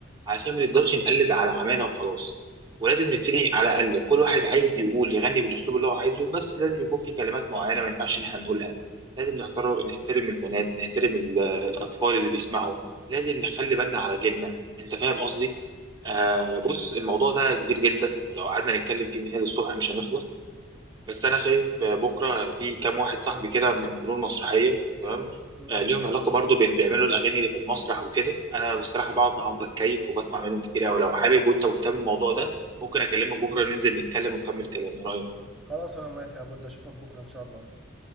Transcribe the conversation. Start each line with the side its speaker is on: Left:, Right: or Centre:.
Right: عشان ما نفضلش نقلد على عمانا وخلاص ولازم نبتدي على الأقل كل واحد عايز يقول يغني بالأسلوب اللي هو عايزه بس لازم يكون في كلمات معينة ما ينفعش إن احنا نقولها لازم نختار نحترم البنات نحترم ال- الأطفال اللي بيسمعوا لازم نخلي بالنا على جيلنا أنت فاهم قصدي؟ آه بص الموضوع ده كبير جدا ولو قعدنا نتكلم فيه من هنا للصبح مش هنخلص بس انا شايف آه، بكره في كام واحد صاحبي
Centre: ايوه
Right: كده
Centre: فاهم
Right: من فنون مسرحيه تمام
Centre: مم.
Right: آه، ليهم علاقه برضو بال بيعملوا الاغاني اللي في المسرح وكده انا بصراحه بقعد معاهم بتكيف وبسمع منهم كتير قوي لو حابب وانت مهتم بالموضوع ده ممكن اكلمك بكره ننزل نتكلم ونكمل كلام ايه رايك
Centre: خلاص انا موافق يا بود اشوفك بكره ان شاء الله